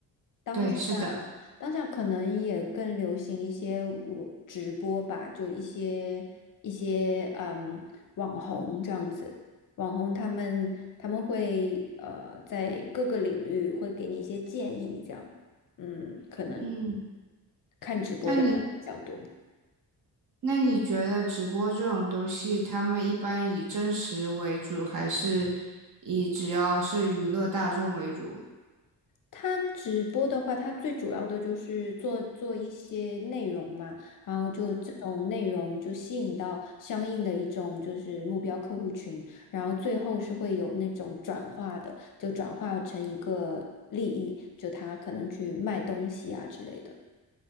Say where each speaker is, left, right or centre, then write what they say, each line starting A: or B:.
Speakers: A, on the left; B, on the right.
A: 当下，
B: 对，是的，
A: 当下可能也更流行一些我直播吧，就一些一些嗯网红这样子，网红他们他们会呃在各个领域会给你一些建议，这样，嗯，可能
B: 嗯，
A: 看直播的人比较多。
B: 那你那你觉得直播这种东西，他们一般以真实为主，还是以只要是娱乐大众为主？
A: 他直播的话，他最主要的就是做做一些内容嘛，然后就这种内容就吸引到相应的一种就是目标客户群，然后最后是会有那种转化的，就转化成一个利益，就他可能去卖东西啊之类的。